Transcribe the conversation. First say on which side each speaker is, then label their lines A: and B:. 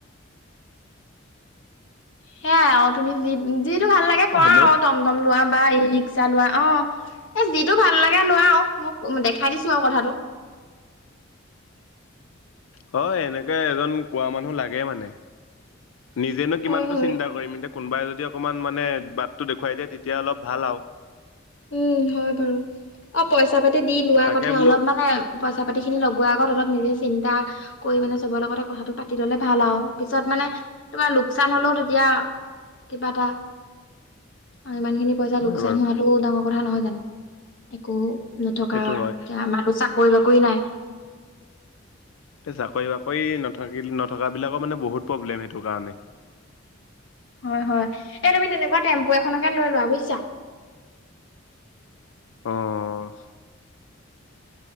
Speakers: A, on the left; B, on the left.
A: সেইয়াই আৰু তুমি যি যিটো ভাল লাগে কৰা
B: হেল্ল'
A: আৰু ত টমটম লোৱা বা ই ৰিক্সা লোৱা অ'। এ যিটো ভাল লাগে লোৱা আৰু মোক দেখাই দিছোঁ আৰু কথাটো।
B: হয় এনেকে এজন কোৱা মানুহ লাগে মানে। নিজেনো কিমানটো
A: হয় হয়
B: চিন্তা কৰিম এতিয়া কোনোবাই যদি অকণমান মানে বাটটো দেখুৱাই দিয়ে তেতিয়া অলপ ভাল আৰু।
A: উম হয় বাৰু অ', পইচা পাতি দি লোৱা
B: তাকে
A: কথা
B: বোলো
A: অলপ মানে পইচা পাতি খিনি লগোৱাৰ আগত অলপ নিজে চিন্তা কৰি মানে চবৰ লগতে কথাটো পাতি ললে ভাল আৰু পিছত মানে তোমাৰ লোকচান হ'লেও তেতিয়া কিবা এটা আৰু ইমান খিনি পইচা
B: হয়
A: লোকচান
B: বাৰু
A: হোৱাতো ডাঙৰ কথা নহয় জানো, একো নথকা
B: সেইটো হয়
A: আমাৰ চাকৰি বাকৰি নাই।
B: এ চাকৰি বাকৰি নথাকিল নথকাবিলাকৰ মানে বহুত প্ৰব্লেম সেইটো কাৰণে।
A: হয়, হয় এই তুমি তেনেকুৱা টেম্পু এখনকে লৈ লোৱা বুজিছা।
B: অ'।